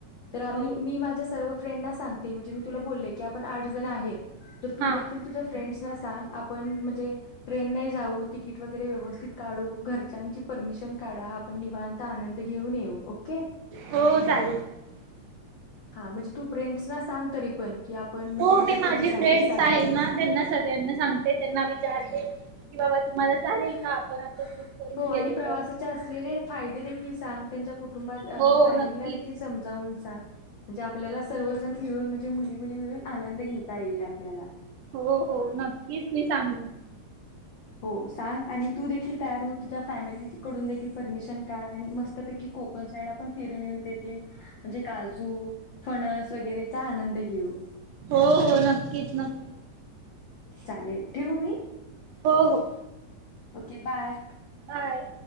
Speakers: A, on the left (about 75°); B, on the right (about 75°).
A: तर आम्ही
B: हो
A: मी माज्या सर्व <unintelligible> फ्रेंडना सांगते, म्हणजे मी तुला बोललेय की, आपण आठ जण आहे. तर तू
B: हा
A: देखील तुझ्या फ्रेंड्सना सांग. आपण म्हणजे ट्रेनने जाऊ, तिकीट वैगेरे व्यवस्थित काढू, घरच्याची परमिशन ट्रेन काढा. आपण निवांत आनंद घेऊन येऊ. ओके.
B: हो चालेल चालेल
A: हा म्हणजे तू फ्रेंडसना सांग तरी पण की आप पण म्हणजे
B: हो
A: माझ्या
B: मी
A: फ्रेंड्स
B: माझे
A: आहेत. सात
B: आहेत ना त्यांना सगळ्यांना सांगते. त्यांना विचारते की, बाबा तुम्हाला
A: <inaudible>
B: चालेल का आपण असं ग्रुप करून
A: हो आणि
B: गेलेलं
A: प्रवासाचे असलेले फायदे देखील सांग. त्यांच्या कुटुंबा म्हणजे
B: हो
A: फॅमिलीला
B: नक्कीच
A: देखील समजावून सांग. म्हणजे आपल्याला सर्वजण मिळून म्हणजे ते मुली - मुली मिळून, आनंद घेता येईल आपल्याला
B: हो हो नक्कीच मी सांगिन
A: हो सांग आणि तू देखील तयार हो तुझ्या फॅमिली कडून देखील परमिशन काढ आणि मस्तपैकी कोकण साईड आपण फिरून येऊ तेतील म्हणजे काजू फणस वगैरेचा आनंद घेऊ.
B: हो हो नक्कीच नक्कीच
A: चालेल ठेवू मी
B: हो हो.
A: Okay bye.
B: बाय.